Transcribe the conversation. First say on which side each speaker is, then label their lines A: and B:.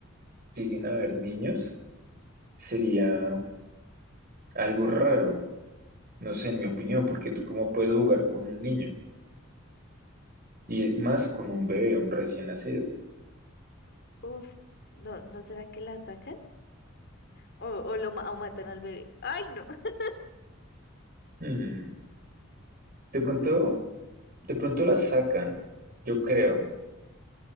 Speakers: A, on the right; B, on the left.
A: lleguen a ver niños, sería Algo raro, no sé, en mi opinión, porque tú cómo puedes jugar con un niño y e, más con un bebé, un recién nacido.
B: Uf, no, ¿no será que la sacan? ¿O, o lo ma- o matan al bebé? Ay, no. <laughs>
A: Hmm, De pronto, de pronto la sacan, yo creo,